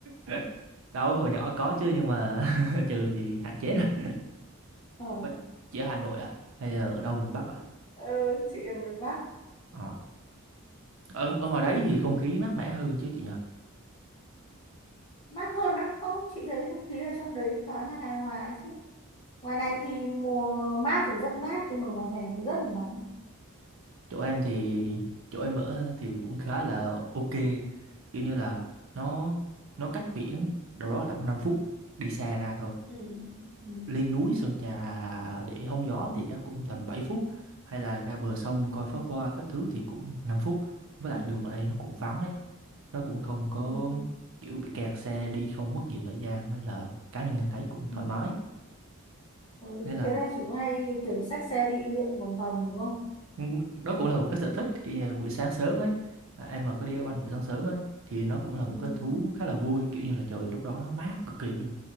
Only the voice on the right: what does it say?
<laughs> đâu hồi nhỏ có chứ nhưng mà <laughs> trừ thì hạn chế rồi
Ủa, chị ở Hà Nội à hay là ở đâu miền Bắc à
Ờ. ở, ở ngoài đấy thì không khí mát mẻ hơn chứ chị nhỉ
chỗ,
chỗ em thì chỗ em ở thì cũng khá là ok kiểu như là nó nó cách biển đâu đó là tầm 5 phút đi xe ra thôi
lên núi Sơn Trà để hóng gió thì chắc cũng tầm bảy phút hay là ra bờ sông
coi pháo hoa các thứ thì cũng năm phút với
lại đường ở đây nó cũng vắng ấy nó cũng không có
kiểu bị kẹt xe đi không mất nhiều thời gian nên là cá nhân em thấy cũng
thoải mái
nên là
ừ, đó cũng là một cái sở thích kiểu như là buổi sáng sớm ấy à, em mà có đi đá banh buổi sáng sớm ấy thì nó cũng là một
cái thú khá là vui kiểu như là trời lúc đó nó mát cực kỳ luôn